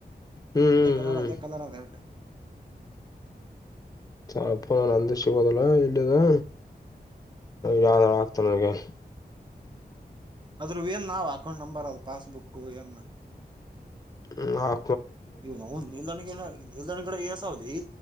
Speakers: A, on the left (about 20°); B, on the right (about 25°).
A: ಹ್ಮ್
B: ಅದೇಕಲರ
A: ಹ್ಮ್
B: ಅದೇ ಕಲರಾದ ರೆಡ
A: ಸ ಅಪ್ಪ ನಂದು ಸಿಗದಿಲ್ಲ ಇಲ್ಲಿದಾ ಯಾವ್ದಳ ಆಗ್ತ ನಿನಗ
B: ಅದ್ರವೇನ್ ಯಾವ ಅಕೌಂಟ್ ನಂಬರ್ ಅದು ಪಾಸ್ಬುಕ್ ಎನ್
A: ಹ್ಮ್ ಹಾವ
B: ಇವು ನೌವನ ನಿಲ್ದಣ ಗಿಂಡಿ ನಿಲ್ದಣ ಗಿಡ ಎಸ ಇ